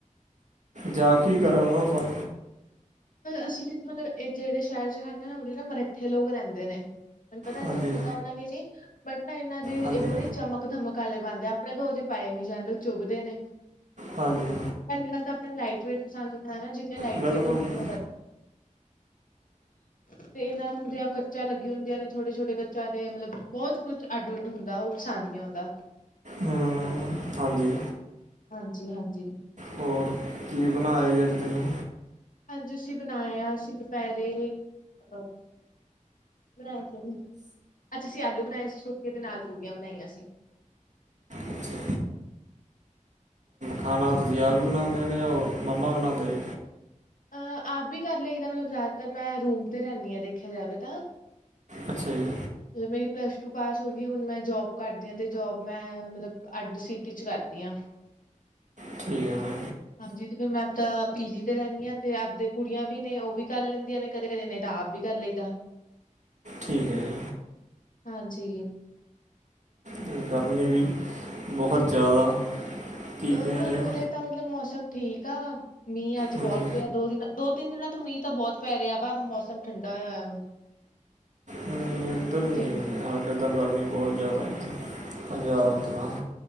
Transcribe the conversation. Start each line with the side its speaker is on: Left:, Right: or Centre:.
Right: ਜਾ ਕੀ ਕਰੋ ਉਹਨਾਂ ਸੋ
Left: ਅਸੀਂ ਜਿੱਥੇ ਮਤਲਬ ਇਹ ਜਿਹੜੇ ਸ਼ਹਿਰ ਚ ਰਹਿੰਦੇ ਨਾ ਉਹਦੇ ਨਾ ਮਰੱਠੇ ਲੋਕ ਰਹਿੰਦੇ ਨੇ। ਮੈਨੂੰ ਪਤਾ ਨਹੀ
Right: ਹਾਂਜੀ
Left: ਤੁਹਾਨੂੰ ਪਤਾ ਹੋਣਾ ਕਿ, ਨੀ ਬਟ ਨਾ ਇਹਨਾਂ ਦੀ
Right: ਹਾਂਜੀ
Left: ਇਹ ਬੜੀ ਚਮਕ ਧਮਕ ਵਾਲੇ ਬਣਦੇ ਆਪਣੇ ਦੋ ਜੇ ਪਾਏ ਨੀ ਜਾਂਦੇ ਉਹ ਚੁਭਦੇ ਨੇ।
Right: ਹਾਂਜੀ।
Left: ਪਹਿਲੀ ਗੱਲ ਤਾਂ ਆਪਣੇ ਲਾਈਟ ਵੇਟ ਪਸੰਦ ਕਰਾਨਾ ਜਿੰਨੇ ਲਾਈਟ
Right: ਬਿਲਕੁਲ
Left: ਵੇਟ
Right: ਜੀ
Left: ਉਨੇ ਤੇ ਇਹਨਾਂ ਹੁੰਦਿਆਂ ਕੱਚਾ ਲੱਗੀ ਹੁੰਦੀਆਂ, ਨੇ ਛੋਟੇ-ਛੋਟੇ ਕੱਚਾ ਤੇ ਮਤਲਬ ਬਹੁਤ ਕੁੱਛ ਅੱਡ ਉੱਡ ਹੁੰਦਾ ਉਹ ਪਸੰਦ ਨਹੀਂ ਆਦਾ।
Right: ਹੂੰ, ਹਾਂਜੀ।
Left: ਹਾਂਜੀ, ਹਾਂਜੀ।
Right: ਹੋਰ ਕੀ ਬਣਾਇਆ ਅੱਜ ਤੁਸੀਂ?
Left: ਅੱਜ ਅਸੀਂ ਬਣਾਇਆ, ਅਸੀਂ ਦੁਪਹਿਰੇ ਅਹ ਬਣਾਦੇ। ਅੱਜ ਅਸੀਂ ਆਲੂ ਬਣਾਏ ਸੀ ਸੁੱਕੇ ਤੇ ਨਾਲ ਪੂੜੀਆਂ ਬਣਾਈਆਂ ਸੀ।
Right: ਅੱਛਾ ਖਾਣਾ
Left: ਅੱਛਾ
Right: ਤੁਸੀ ਆਪ ਈ ਬਣਾਂਦੇ ਓ ਕਿ ਜਾਂ ਉਹ ਮੰਮਾ ਬਣਾਂਦੇ ਜੇ।
Left: ਅਹ ਆਪ ਵੀ ਕਰ ਲਈਦਾ ਮਤਲਬ ਜ਼ਿਆਦਾਤਰ ਮੈਂ ਰੂਮ ਤੇ ਰੈਂਨੀ ਆਂ ਦੇਖਿਆ ਜਾਵੇ ਤਾਂ।
Right: ਅੱਛਾ ਜੀ।
Left: ਮਤਲਬ ਮੇਰੀ ਪਲੱਸ ਟੂ ਪਾਸ ਹੋ ਗੀ, ਹੁਣ ਮੈਂ ਜੌਬ ਕਰਦੀ ਆਂ ਤੇ ਜੋਬ ਮੈਂ ਮਤਲਬ ਅੱਡ ਸੀਟੀ ਚ ਕਰਦੀ ਦੀ ਆਂ।
Right: ਠੀਕ ਐ‌ ਮੈਮ।
Left: ਹਾਂਜੀ, ਤੇ ਫੇਰ, ਮੈਂ ਆਪਦਾ ਪੀ ਜੀ ਤੇ ਰੈਂਨੀ ਆਂ। ਤੇ ਆਪਦੇ ਕੁੜੀਆਂ ਵੀ ਨੇ, ਉਹ ਵੀ ਕਰ ਲੈਂਦੀਆਂ ਨੇ, ਕਦੇ ਕਦੇ ਨਈ ਤਾਂ ਆਪ ਵੀ ਕਰ ਲਈਦਾ।
Right: ਠੀਕ ਐ ਜੀ।
Left: ਹਾਂਜੀ।
Right: ਤੇ ਗਰਮੀ ਵੀ, ਬਹੁਤ ਜ਼ਿਆਦਾ। ਕੀ
Left: ਅਹ
Right: ਕਹਿ
Left: ਨਹੀਂ
Right: ਰਹੇ
Left: ਉਰੇ ਤਾਂ ਮਤਲਬ ਮੌਸਮ ਠੀਕ ਆ। ਮੀਂਹ ਅੱਜ ਬਹੁਤ
Right: ਹਾਂਜੀ
Left: ਪਿਆ, ਦੋ ਦਿਨ ਦੋ ਤਿੰਨ ਦਿਨਾਂ ਤੋਂ ਮੀਂਹ ਤਾਂ ਬਹੁਤ ਪੈ ਰਿਹਾ, ਬਾ ਮੌਸਮ ਠੰਡਾ ਹੋਇਆ ਹੋਇਆ ਹੁਣ।
Right: ਨਈ ਇੱਧਰ ਨੀ,
Left: ਜੇ
Right: ਹਾਡੇ ਤਾਂ ਗਰਮੀ ਬਹੁਤ ਜ਼ਿਆਦਾ ਇੱਧਰ। ਪੰਜਾਬ
Left: ਅੱਛਾ ਅੱਛਾ,
Right: 'ਚ ਤਾਂ